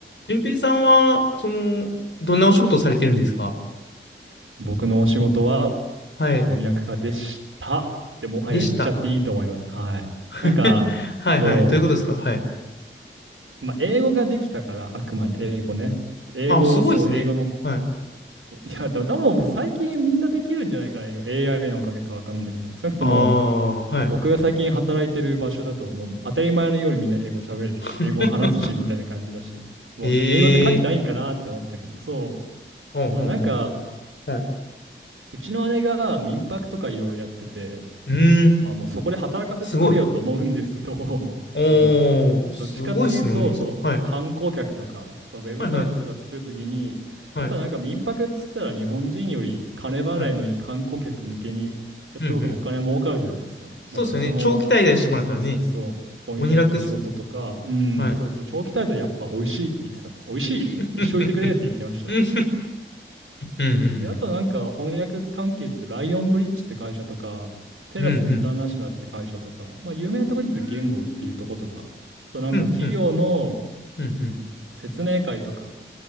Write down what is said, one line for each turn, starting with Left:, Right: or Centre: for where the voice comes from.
Left: 順平さんは、その、どんなお仕事をされてるんですか
Right: 僕のお仕事は
Left: はい。
Right: 翻訳家でしたってもはや言っちゃっていいと思います。
Left: でした。
Right: はい。
Left: <laughs>
Right: なんか、
Left: はいはい。
Right: そ
Left: どういうことですかはい。
Right: う、まあ、英語ができたから、あくまで英語ね。英語、
Left: あ、すごいですね。
Right: そう、英語の、<laughs>
Left: はい。
Right: いや、でも多分最近みんなできるんじゃないかな、英語 AI のおかげかわかんないけど、少なくとも
Left: ああ、はい。
Right: 僕が最近働いてる場所だと、もう当たり前のようにみんな英語喋れるし、
Left: <laughs>
Right: 英語話すし、みたいな感じだし、もう英語って価値ないんかなって思ったけど、
Left: ええ
Right: そ
Left: ほんほんほん。
Right: う、まあなんか、
Left: はい。
Right: うちの姉が民泊とかいろいろやってて、
Left: うん、
Right: まあもうそこで働かせてくれよと思うんですけど、
Left: すごい。
Right: <laughs>
Left: おー、
Right: そ
Left: すごいっすね、
Right: う、どっちかっていうと、
Left: お姉さん。
Right: そう、
Left: はい。
Right: 観光客とか、そのウェブサイトとか作るときに、
Left: はいはい。はい。
Right: やっぱなんか民泊っつったら日本人より金払いのいい観光客向けにやった方がお金儲かるじゃないですか。
Left: はい。うんうん。そうですよね。
Right: だからその、
Left: 長期滞在してもらったらね、
Right: そうそうそう、翻訳の仕事とか、
Left: 鬼楽っすよね。
Right: うん、
Left: はい。
Right: そうそう、長期滞在やっぱ美味しいって言ってた。美味しいって、
Left: <laughs>
Right: 一生いてくれって言ってました。
Left: んうんうん
Right: で、あとなんか翻訳関係ってライオンブリッジって会社とか、テラスインターナショナルって会社とか、
Left: うん。うん
Right: まあ有名なところで言うと言語っていうとことか、
Left: うんうん。うんうん。
Right: そうなんか企業の
Left: うんうんうんうん。
Right: 説明会とか、